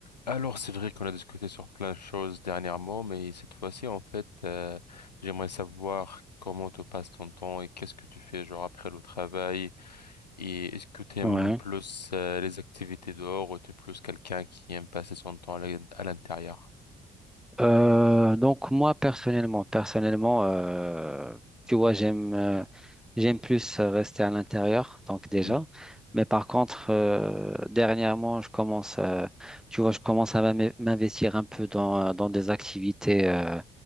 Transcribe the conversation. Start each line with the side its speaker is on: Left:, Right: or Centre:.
Left: Alors, c'est vrai qu'on a discuté sur plein de choses dernièrement, mais cette fois-ci, en fait, euh, j'aimerais savoir comment te passe ton temps et qu'est-ce que tu fais, genre, après le travail. Et est-ce que tu aimes
Centre: Ouais.
Left: plus, euh, les activités dehors ou tu es plus quelqu'un qui aime passer son temps à l'in- à l'intérieur?
Centre: Euh, donc moi personnellement, personnellement, euh, tu vois, j'aime euh, j'aime plus rester à l'intérieur, donc déjà.
Left: Mhm,
Centre: Mais par contre, euh, dernièrement, je commence, euh, tu vois, je commence à m'am- m'investir un peu dans, euh, dans des activités, euh,